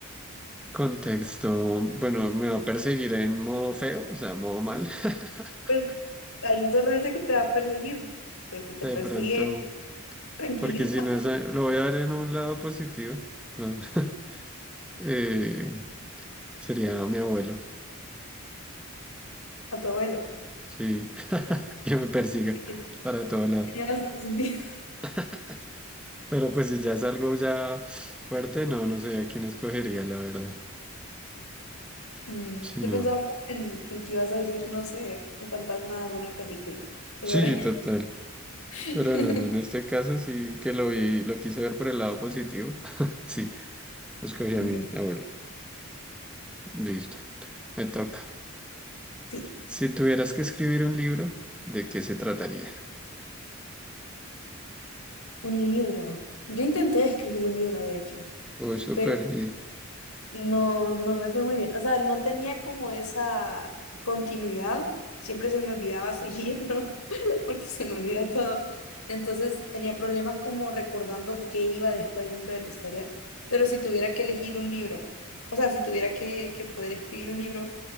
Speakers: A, in the centre; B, on the left (about 85°).
A: contexto, bueno, me va a perseguir en modo feo, o sea, modo mal. <laughs>
B: Pues ahí solo dice que te va a perseguir. Pues si te
A: De
B: persigue,
A: pronto,
B: tranquilito,
A: porque si no es, a- lo voy a ver en un lado positivo. ¿no? <laughs> Eh, sería mi abuelo,
B: <laughs> a tu abuelo.
A: sí, <laughs> que me persiga
B: <laughs>
A: para todo lado.
B: Tiene bastante sentido.
A: <laughs> Pero pues si ya es algo ya fuerte, no, no sé a quién escogería, la verdad.
B: Mm,
A: Sí,
B: yo
A: no.
B: pensaba como en, que en que ibas a decir, no sé, un fantasma de alguna película. Es
A: Sí,
B: sobre-
A: total.
B: <laughs>
A: Pero no, no, en este caso sí que lo vi, lo quise ver por el lado positivo. <laughs> Sí, escogí
B: Mm,
A: a mi abuelo. Listo, me toca.
B: Sí,
A: Si tuvieras que escribir un libro, ¿de qué se trataría?
B: un libro. Yo intenté escribir un libro, de hecho,
A: Uy, súper
B: pero
A: y-
B: no, no me fue muy bien. O sea, no tenía como esa continuidad. Siempre se me olvidaba seguirlo <laughs> porque se me olvida todo. Entonces tenía problemas como recordando qué iba después dentro de la historia. Pero si tuviera que elegir un libro, o sea, si tuviera que, que poder escribir un libro,